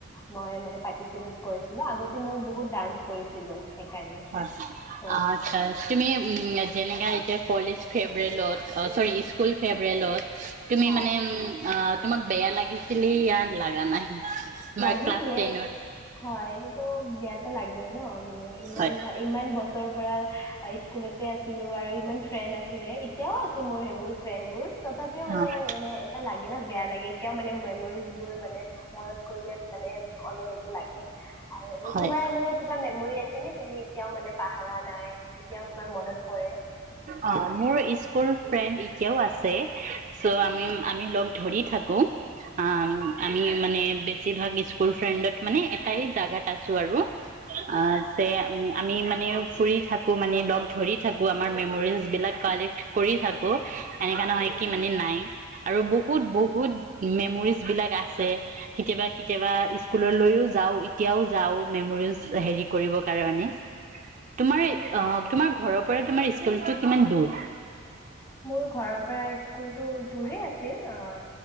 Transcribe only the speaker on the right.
হয়
আচ্ছা তুমি উম যেনেকা এতিয়া কলেজ ফেব্ৰুৱেলত চৰি স্ক স্কুল ফেবৰেলত তুমি
মানে আ তোমাক বেয়া লাগিছিলি য়া লাগা নাই। তোমাৰ
ক্লাছ টেনত
হয়
অ'
হয়।
অ মোৰ স্কুল ফ্ৰেণ্ড এতিয়াও আছে চ' আমি আমি লগ ধৰি থাকো অ আমি মানে বেছিভাগ স্কুল ফ্ৰেণ্ডত মানে এটাই জাগাত আছো আৰু অ যে আমি মানে ফুৰি থাকো মানে লগ ধৰি থাকো। আমাৰ মেমৰিজ বিলাক কালেক্ট কৰি থাকো এনেকা নহয় কি মানে নাই আৰু বহুত বহুত মেমৰিজ বিলাক আছে কেতিয়াবা কেতিয়াবা স্কুললৈও যাও এতিয়াও যাও মেমৰিজ হেৰি কৰিব কাৰনে। তোমাৰে
অ তোমাৰ ঘৰৰ পৰা তোমাৰ স্কুলটো কিমান দূৰ?